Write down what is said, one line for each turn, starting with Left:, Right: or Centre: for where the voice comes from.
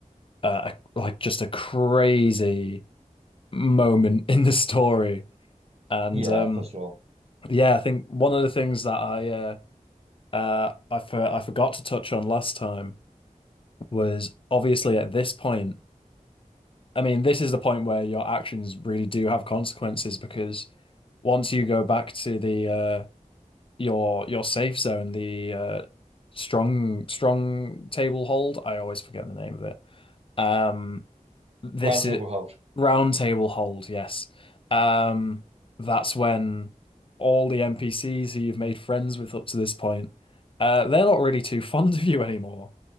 Left: uh, a like just a crazy moment <laughs> in the story, and
Right: Yeah,
Left: um,
Right: for sure.
Left: yeah I think one of the things that I uh, uh, I for, I forgot to touch on last time was obviously at this point, I mean, this is the point where your actions really do have consequences because once you go back to the uh your your safe zone, the uh strong strong table hold, I always forget the name of it. Um this
Right: Round table
Left: is
Right: hold.
Left: Round Table Hold, yes. Um, that's when all the NPCs who you've made friends with up to this point, uh, they're not really too <laughs> fond of you anymore.